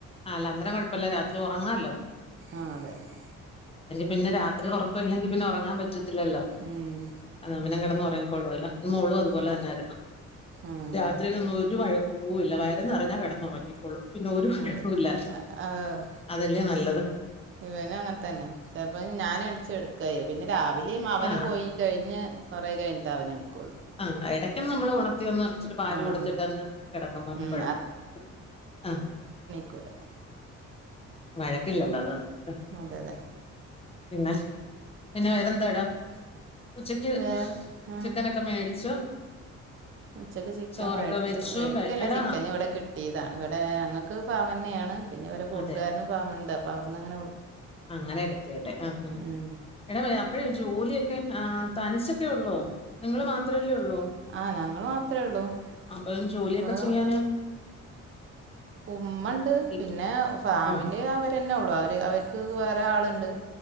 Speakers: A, on the left (about 20°); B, on the right (about 40°).
A: <unintelligible> കുഴപ്പമില്ല രാത്രി ഉറങ്ങാല്ലോ
B: ആ അതെ അതെ
A: പിന്നെ രാത്രി ഉറക്കം ഇല്ലെങ്കി പിന്നെ ഉറങ്ങാൻ പറ്റത്തില്ലല്ലോ
B: ഉം
A: അ പിന്നെ കിടന്ന് ഉറങ്ങിക്കോളുവല്ലോ മോളും അതുപോലെ
B: രാ
A: തന്നൊയിരുന്നു
B: ആഹ്
A: രാത്രിയിൽ ഒന്നും ഒരു വഴക്കവും ഇല്ല വയറ് നിറഞ്ഞാ കിന്നുറങ്ങിക്കൊളും ഒരു <unintelligible>
B: അതെ
A: ഇല്ല
B: ആഹ്
A: അതല്ലേ നല്ലത്
B: ഇവനും അങ്ങനെ തന്നെ ചെറപ്പ ഞാൻ എണച്ച് എടുക്കയ്യ പിന്നെ രാവിലെ അവന്
A: ആ
B: പോയി കഴിഞ്ഞ് കുറേ കഴഞ്ഞിട്ട് അവനണിക്കോുള്ളൂ
A: ആ് അടയ്ക്കും നമ്മള് ഉഓ ക ഒന്ന് ഇച്ചിരി പാല്
B: ആഹ്
A: കൊടുത്തിട്ട്ന്ന് കിടക്കുമന്ന
B: ഉം
A: കുഴപ്പില്ല ആ
B: ക്കല
A: മഴക്കില്ലല്ലോ ല്
B: അതെ അതെ
A: പിന്നെ പിന്നെ വേറേ ന്താടാ ഉച്ചക്ക്
B: വേ ഉം
A: ചിക്കനൊക്കെ മേടിച്ചു
B: ഉച്ചക്ക് ചിക്കൻ
A: ചോറൊക്കെ
B: മേടിച്ചു
A: വെച്ചു
B: മേടിക്കല്ല
A: കഴി- എടാ
B: ചിക്കൻ ഇവിടെ കിട്ടിയതാണ് ഇവിടെ ങ്ങക്ക് ഫാമ ന്നെയാണ് പിന്നെ അവരു കൂട്ടുകാരനും
A: അതെ
B: ഫാമ് ണ്ട് അവിടെന്ന്ങ്ങെ
A: അങ്ങനെ എടുത്തട്ടെ ആഹ്
B: ഉം
A: എട അഴേ ജോലിയൊക്കെ ആ തനിച്ചൊക്കെ ഉള്ളു നിങ്ങൾ മാത്രമല്ലേ
B: ആഹ് ഞങ്ങൾ മാത്രമേ ഉള്ളൂ
A: അപ്പോ ജോലിയൊക്കെ
B: അപ്പോൾ
A: ചെയ്യാന
B: ഉമ്മ ഉണ്ട്
A: ഇ-
B: പിന്നെ ഫാമിലി
A: ഓ
B: അവരെന്നെ ഉള്ളു അവ അവയ്ക്ക് വേറെ ആളുണ്ട്